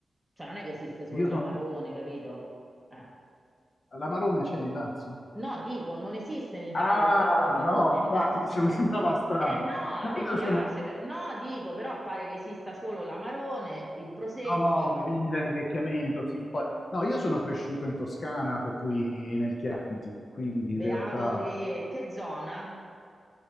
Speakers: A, in the centre; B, on the left (about 55°).
A: Cioè non è che esiste solo
B: Io sono...
A: l'amarone, capito? Eh.
B: L'amarone c'è in Lazio?
A: No, dico, non esiste in Italia
B: Ah,
A: solo l'amarone.
B: no, infatti, dicevo,
A: Eh,
B: mi sembrava
A: <laughs>
B: strano.
A: Eh, no, a
B: No,
A: me piace.
B: io sono...
A: per- No, dico, però pare che esista solo l'amarone, il prosecco.
B: No, che vivi da invecchiamento, sì. Poi... No, io sono cresciuto in Toscana, per cui nel Chianti, quindi in
A: Beato
B: realtà...
A: te, che zona?